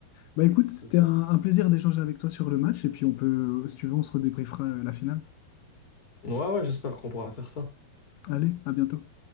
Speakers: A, on the left; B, on the left.
A: Bah écoute, c'était
B: J'espère.
A: un, un plaisir d'échanger avec toi sur le match et puis on peut, euh, si tu veux, on se redébriefera euh, la finale.
B: ouais ouais j'espère qu'on pourra faire ça
A: Allez, à bientôt.